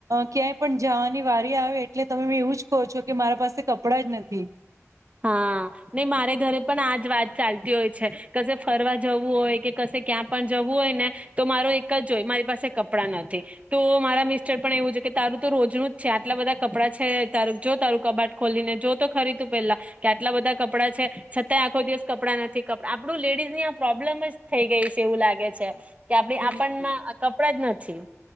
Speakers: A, on the right (about 75°); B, on the right (about 25°).
A: ક્યાંય પણ જવાની વારી આવે એટલે તમે એવું જ કહો છો કે મારા પાસે કપડા જ નથી.
B: હા, ને મારે ઘરે પણ આજ વાત ચાલતી હોય છે, કસે ફરવા જવું હોય કે ક ક્યાં પણ જવું હોય ને, તો મારો એક જ હોય મારી પાસે કપડાં નથી તો મારા મિસ્ટર પણ એવું છે કે તારું તો રોજનું જ છે આટલા બધા કપડાં છે તું જો તારું કબાટ ખોલીને જો તો ખરી તું પેલા. કે આટલા બધા કપડાં છે, છતાંય આખો દિવસ કપડાં નથી કપડા આપડું લેડીઝ ની આ પ્રોબ્લેમ જ થઈ ગઈ છે એવું લાગે છે. કે આપણે
A: બિલકુલ
B: આપણના કપડા જ નથી. થી.